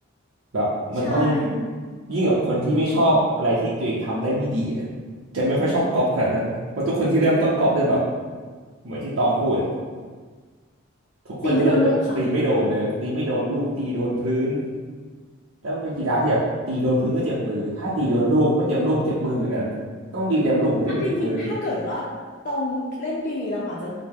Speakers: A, on the right; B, on the left.
A: แบบมันต้อง
B: ใช่
A: ยิ่งกับคนที่ไม่ชอบอะไรที่ตัวเองทำได้ไม่ดีอะจะไม่ค่อยชอบก๊อปขนาดนั้นเพราะทุกคนที่เริ่มต้นก๊อปจะแบบเหมือนที่ตองพูดอ่ะทุกคนจะเริ่มจากตีไม่โดนเออตีไม่โดนลูกตีโดนพื้น
B: ตีไม่โดนลูกค่ะ
A: แล้วมันเป็นกีฬาที่แบบตีโดนพื้นก็เจ็บมือถ้าตีโดนลูกไม่เต็มลูกเจ็บมือเหมือนกันต้องตีเต็มลูกถึงจะไม่เจ็บมือ
B: เอาจริงๆถ้าเกิดว่าตรงเล่นดีๆเราอาจจะ